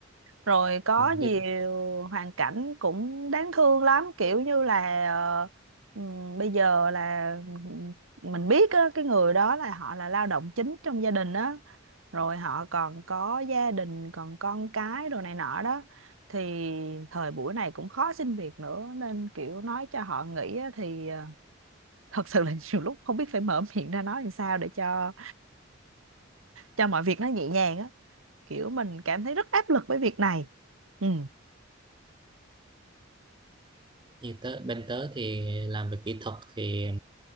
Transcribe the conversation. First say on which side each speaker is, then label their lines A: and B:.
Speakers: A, on the right (about 85°); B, on the right (about 25°).
A: Rồi có nhiều
B: như
A: hoàn cảnh cũng đáng thương lắm kiểu như là ờ, ừm, bây giờ là ừ, mình biết á, cái người đó là họ là lao động chính trong gia đình á rồi họ còn có gia đình còn con cái đồ này nọ đó thì thời buổi này cũng khó xin việc nữa nên kiểu nói cho họ nghỉ á thì ờ, thật sự là nhiều lúc không biết phải mở <laughs> miệng ra nói làm sao để cho cho mọi việc nó nhẹ nhàng á kiểu mình cảm thấy rất áp lực với việc này ừ
B: như tớ bên tớ thì làm về kỹ thuật thì